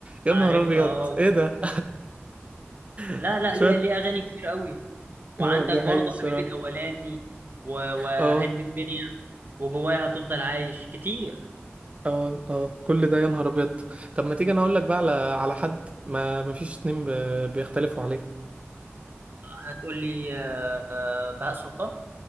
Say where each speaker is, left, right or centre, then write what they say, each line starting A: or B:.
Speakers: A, on the right; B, on the right.
A: يا
B: عارفها
A: نهار ابيض
B: اه
A: ايه ده
B: لا
A: <laughs>
B: لا
A: شوت
B: ليه ليه أغاني كتير قوي وعندك
A: اه دي
B: برضه
A: حقيقة الصراحة
B: حبيبي الأولاني و- وهدي
A: اه
B: الدنيا وجوايا هتفضل عايش كتير
A: اه اه كل ده يا نهار ابيض طب ما تيجي انا اقول لك بقى على على حد ما ما فيش اتنين ب- بيختلفوا عليه
B: هتقول لي آه، آه، بهاء سلطان